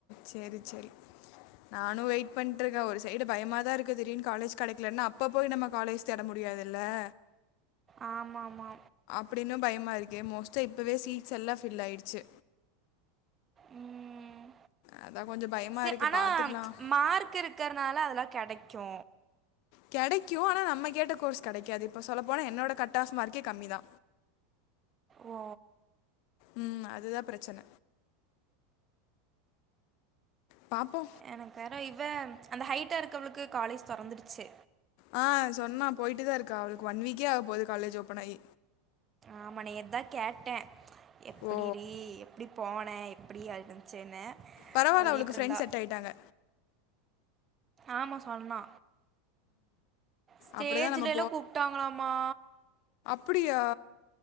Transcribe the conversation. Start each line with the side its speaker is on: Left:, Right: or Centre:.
Left: சேரி சேரி நானு வெய்ட் பண் ட்ருக்க ஒரு சைடு பயமாதா இருக்கு திடீர்ன் காலேஜ் கெடைக்லன்னா அப்ப போய் நம்ம காலேஜ் தேட முடியாதுல்ல <inaudible>
Right: ஆமாமா
Left: அப்டின்னு பயமா இர்க்கே மோஸ்டா இப்பவே சீட்ஸ் எல்லாம ஃபில் ஆய்டுச்சு
Right: ம்
Left: அதான் கொஞ்சம் பயமாக
Right: சே
Left: இருக்கு
Right: ஆனா
Left: பார்த்துக்கலாம்
Right: மார்க் இரு க்றனால அதெல்லா கெடைக்கு
Left: கெடைக்கு ஆனா நம்ம கேட்ட கோர்ஸ் கெடைக்காது இப்போ சொல்ல போனா என்னோட கட் ஆஃப் மார்கே கம்மிதா
Right: ஓ
Left: ம் அதுதா பிரச்சன பாப்போ
Right: எனக்கு வேற இவ அந்த ஹைட்டா இருக்கவுளுக்கு காலேஜ் தொறந்துடுச்சு
Left: ஆ சொன்னா போய்ட்டுதா இருக்கா அவளுக்கு ஒன் வீக்கே ஆக போது காலேஜ் ஓப்பனாயி
Right: ஆமா நேத்தா கேட்ட எப்புடிடி
Left: ஓ
Right: எப்டி போன எப்டி அ இர்ந்துசுன்னு
Left: பரவாயில்ல
Right: சொல்லிட்ருந்தா
Left: அவளுக்கு ஃப்ரெண்ட்ஸ் செட் ஆயிட்டாங்க
Right: ஆமா சொன்னா ஸ்டேஜுலல
Left: அப்படி தான் நம்ம
Right: கூப்ட்டாங்களாமா
Left: அப்புடியா